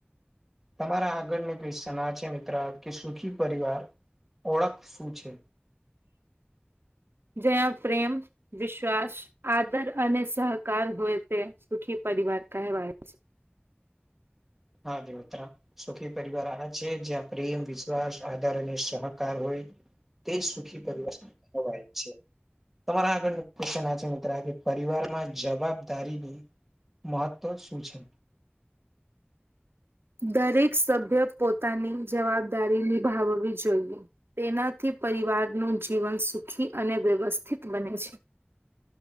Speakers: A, in the centre; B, on the right.
A: તમારા આગળને ક્વચન આ છે, મિત્ર કે સુખી પરિવાર ઓળખ શું છે.
B: જયા પ્રેમ વિશ્વાસ આદર અને સહકાર હોય, તે સુખી પરિવાર કહેવાય છે.
A: હા, દ ઉત્ર સુખી પરિવાર આ છે જ્યાં પ્રેમ વિશ્વાસ આધાર અને સહકાર હોય તે સુખી પરિવરત થવાય છે. તમારા આગળ ક્વન આ છે, મિત્ર કે પરિવાર માં જવાબદારીની મહત્ત્વ શું છે.
B: દરેક સભ્ય પોતાની જવાબદારી નિભાવવી જોઈએ તેનાથી પરિવારનું જીવન સુખી અને વ્યવસ્થિત બને છે.